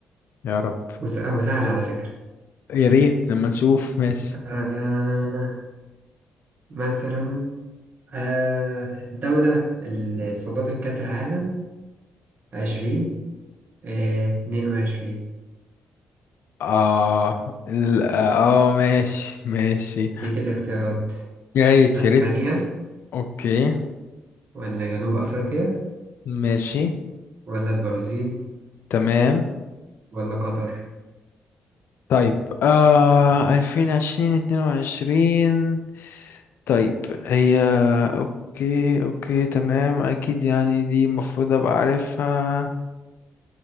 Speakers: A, on the left; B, on the right.
A: يا رب
B: وس- وسهل على فكرة
A: يا ريت لما نشوف ماشي
B: آه مثلا آه الدولة اللي استضافت كأس العالم عشرين آه، اتنين وعشرين
A: اه ال- اه ماشي ماشي
B: أديك الاختيارات
A: جايز
B: أسبانيا
A: يا ريت اوكي
B: ولا جنوب أفريقيا
A: ماشي
B: ولا البرازيل
A: تمام
B: ولا قطر
A: طيب آه ألفين عشرين اتنين وعشرين طيب هي اوكي اوكي تمام اكيد يعني دي المفروض ابقى عارفها